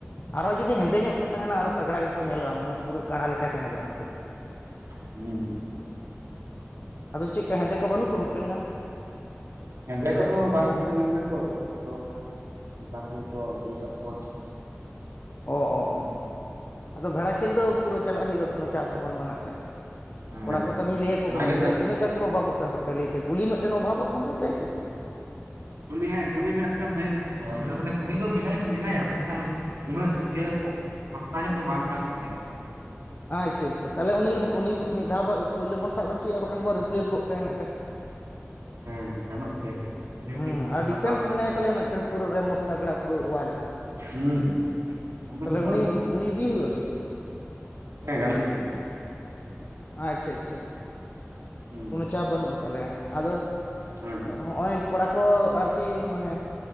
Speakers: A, on the left; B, on the right.
A: ᱟᱨᱚ ᱡᱩᱫᱤ ᱦᱮᱸᱫᱮ ᱧᱚᱜ ᱠᱚ ᱛᱟᱦᱮᱱᱟ ᱟᱨᱚ ᱛᱟᱜᱲᱟ ᱜᱮᱠᱚ ᱧᱮᱞᱚᱜ-ᱟ, ᱢᱟᱱᱮ ᱯᱩᱨᱟᱹ ᱠᱟᱲᱟ ᱞᱮᱠᱟ ᱠᱚ ᱧᱮᱞᱚᱜ-ᱟ᱾
B: ᱦᱩᱸ᱾
A: ᱟᱫᱚ ᱪᱮᱠ ᱠᱟ ᱦᱮᱸᱫᱮ ᱠᱚ ᱵᱟᱹᱱᱩᱜ ᱠᱚᱣᱟ ᱢᱤᱫᱴᱮᱱ ᱜᱟᱱ?
B: ᱦᱮᱫᱮ ᱠᱚᱫᱚ ᱵᱟᱝ ᱵᱤᱥᱟᱹ ᱦᱩᱭ ᱞᱮᱱᱟ ᱛᱚ ᱡᱷᱚᱛᱚ ᱚᱠᱟ ᱠᱷᱚᱱ ᱠᱚ ᱟᱜᱩ ᱠᱟᱜ ᱠᱚᱣᱟ᱾
A: ᱚ ᱚ ᱚ᱾ ᱟᱫᱚ ᱵᱷᱮᱲᱟ ᱠᱷᱮᱞ ᱫᱚ ᱯᱩᱨᱟᱹ ᱪᱟᱞᱟᱜ ᱦᱩᱭᱩᱜ-ᱟ ᱠᱳᱱᱚ ᱪᱟᱯ ᱫᱚ ᱵᱟᱹᱱᱩᱜ-ᱟ ᱱᱟᱜ ᱠᱷᱟᱡ᱾ ᱠᱚᱲᱟ
B: ᱦᱮᱸ
A: ᱠᱚ ᱛᱟᱞᱦᱤᱧ ᱞᱟᱹᱭᱟ ᱠᱚ
B: ᱚᱱᱟᱜᱮ
A: ᱠᱟᱱᱟ ᱥᱮ
B: ᱛᱟᱦᱞᱮ
A: ᱪᱮᱫ ᱛᱤᱱᱟᱹᱜ ᱜᱟᱱ ᱚᱵᱷᱟᱚᱜ ᱠᱟᱱ ᱛᱟᱮᱭᱟ ᱞᱟᱹᱭ ᱯᱮ ᱜᱩᱞᱤ ᱢᱤᱫᱴᱮᱱ ᱚᱵᱷᱟᱵᱚᱜ ᱠᱟᱱ ᱛᱟᱯᱮᱭᱟ ᱠᱤ?
B: ᱠᱩᱞᱤ ᱦᱮᱸ ᱜᱩᱞᱤ ᱢᱮᱱᱟᱜ
A: ᱦᱮᱸ
B: ᱠᱷᱟᱱ
A: ᱜᱩᱞᱤ
B: ᱵᱷᱟᱹᱜᱤ
A: ᱢᱮᱱᱟᱜ
B: ᱜᱮᱛᱟᱠᱚᱣᱟ
A: ᱠᱚᱣᱟ ᱵᱷᱟᱜᱮ
B: ᱟᱞᱮ
A: ᱜᱮ,
B: ᱨᱮᱱ ᱢᱟᱱᱮ
A: ᱚᱥᱩᱵᱤᱫᱟ
B: ᱩᱱᱤ ᱫᱚ ᱢᱮᱱᱟᱭ
A: ᱜᱩᱞᱤ
B: ᱫᱚ ᱢᱮᱱᱟᱭᱟ ᱢᱮᱱᱠᱷᱟᱱ ᱩᱱᱟᱹᱜ ᱤᱭᱟᱹ ᱯᱚᱠᱛᱟ ᱧᱚᱜ ᱫᱚ ᱵᱟᱝ ᱠᱟᱱ ᱛᱟᱞᱮᱭᱟᱭ᱾
A: ᱟᱪᱪᱷᱟ ᱟᱪᱪᱷᱟ, ᱛᱟᱦᱚᱞᱮ ᱩᱱᱤ ᱩᱱᱤ
B: ᱠᱟᱱᱟ
A: ᱢᱤᱫ ᱫᱷᱟᱣ ᱵᱟᱨ ᱯᱩᱭᱞᱳ ᱵᱚᱱ ᱥᱟᱵ ᱦᱚᱪᱚᱭᱟ ᱵᱟᱠᱷᱟᱱ ᱵᱚᱱ ᱨᱤᱯᱞᱮᱥ ᱜᱚᱫ ᱠᱟᱭᱮ ᱱᱟᱜ ᱠᱷᱟᱡ᱾
B: ᱦᱮᱸ ᱜᱟᱱᱚᱜ ᱜᱮᱭᱟ ᱠᱟᱹᱡ ᱩᱱᱤ ᱦᱚᱸ
A: ᱦᱩᱸ
B: ᱠᱟᱹᱡ ᱠᱷᱮᱞ
A: ᱟᱨ ᱰᱤᱯᱷᱮᱱᱥ
B: ᱞᱟᱜᱟᱣ ᱟᱭ
A: ᱢᱮᱱᱟᱭ ᱛᱟᱞᱮᱭᱟ ᱢᱤᱫᱴᱮᱱ ᱯᱩᱨᱟᱹ ᱨᱮ ᱢᱚᱥ ᱯᱟᱜᱽᱲᱟ ᱯᱩᱨᱟᱹ ᱩᱣᱟᱞ
B: ᱦᱩᱸ ᱩᱱᱠᱩ
A: ᱛᱟᱦᱞᱮ
B: ᱡᱚᱛᱚ
A: ᱩᱱᱤ
B: ᱟᱹᱜᱩ ᱠᱚᱢ
A: ᱩᱱᱤ ᱤᱫᱤᱭᱮ ᱦᱩᱭᱩᱜ-ᱟ ᱥᱮ ᱪᱮᱫ?
B: ᱦᱮᱸ ᱜᱟᱱᱚᱜ ᱜᱮᱭᱟ᱾
A: ᱟᱪᱪᱷᱟ ᱟᱪᱪᱷᱟ᱾
B: ᱦᱩᱸ
A: ᱠᱳᱱᱳ ᱪᱟᱯ ᱵᱟᱹᱱᱩᱜ-ᱟ ᱛᱟᱞᱮ ᱟᱫᱚ
B: ᱦᱮᱸ
A: ᱦᱚᱸᱜ-ᱚᱭ ᱠᱚᱲᱟ ᱠᱚ ᱟᱨᱠᱤ ᱢᱟᱱᱮ